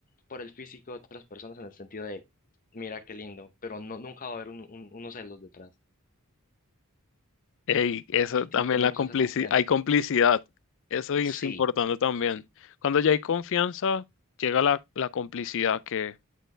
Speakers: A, on the left; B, on the left.
A: por el físico de otras personas en el sentido de, mira qué lindo, pero no, nunca va a haber un- un- unos celos detrás
B: Ey, eso
A: y,
B: también
A: y tenemos
B: la complici-
A: esa confianza.
B: hay complicidad. Eso es
A: Sí.
B: importante también. Cuando ya hay confianza, llega la, la complicidad que,